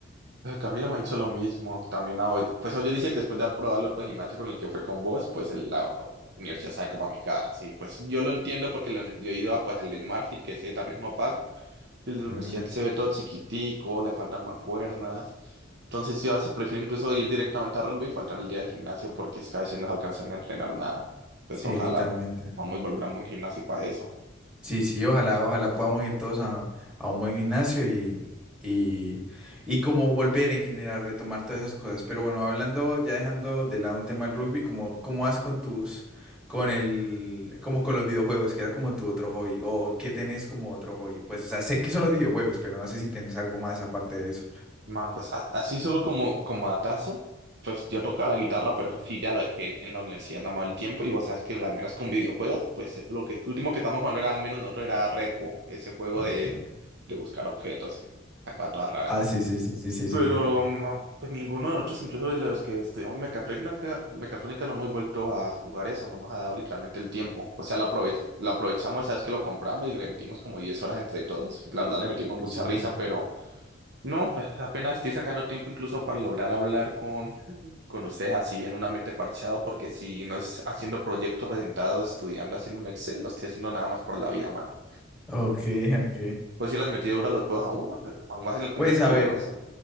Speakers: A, on the right; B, in the centre.
A: Ah, Camilo me ha dicho lo mismo, también a Odio. Pues Odio dice que después de haber probado el otro gimnasio con el que fue con vos, pues el- la universidad sabe como a mi caja, sí, pues yo lo entiendo porque la uni- yo he ido a, pues, al de SmartFit, que ese también es no pago, el de la
B: Ujú.
A: universidad que se ve todo chiquitico, le faltan mancuernas, entonces yo a veces prefiero incluso ir directamente a rugby y faltar el día de gimnasio porque es que a veces no se alcanza ni a entrenar nada, entonces
B: Sí,
A: ojalá
B: literalmente.
A: vamos a volver a un buen gimnasio para eso.
B: Sí, sí, ojalá, ojalá podamos ir todos a, a un buen gimnasio y, y, y como volver en general, retomar todas esas cosas. Pero bueno, hablando, ya dejando de lado un tema del rugby, ¿cómo, cómo vas con tus, con el, como con los videojuegos, que era como tu otro hobby, o qué tenés como otro hobby? Pues, o sea, sé que son los videojuegos, pero no sé si tenés algo más aparte de eso.
A: Mano, pues a- así solo como, como datazo, pues yo tocaba la guitarra, pero eso sí ya lo dejé en la universidad, no me daba el tiempo, y vos sabes que al menos con videojuegos, pues eh, lo que lo último que estábamos jugando era al menos nosotros era Repo, ese juego
B: Ok.
A: de, de buscar objetos, la cosa toda rara.
B: Ah, sí, sí, sí, sí, sí,
A: Pero
B: sí, sí.
A: no, pues ninguno de nosotros, incluso de los que estudiamos mecatrónica, mecatrónica, no hemos vuelto a jugar eso, no nos ha dado literalmente el tiempo. O sea, lo, aprove- lo aprovechamos, sabes que lo compramos y le metimos como 10 horas entre todos. La verdad le metimos mucha
B: Resulta.
A: risa, pero no, apenas estoy sacando tiempo incluso para lograr hablar con, con ustedes así en un ambiente parchado, porque si no es haciendo proyectos orientados, estudiando, haciendo un Excel, no estoy haciendo nada más por la vida, mano.
B: Ok, <laughs> ok.
A: Pues si las metido duro los juegos aún, ¿no? Eh, aún vas en el competitivo
B: Pues a ver,
A: con eso.